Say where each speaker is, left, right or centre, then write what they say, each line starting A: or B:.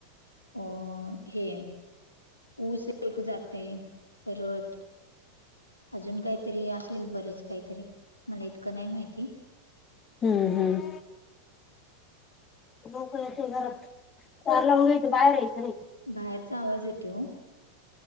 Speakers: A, on the left; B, on the left.
A: अ हे ऊस एक जाते परत अजून काहीतरी असेल बरंच काहीतरी मला इतकं नाही माहिती
B: हम्म हम्म लोक य घरात दार लाऊन घ्यायचंबाहेर यायचं नाय
A: बाहेरचा आवाज येतो आ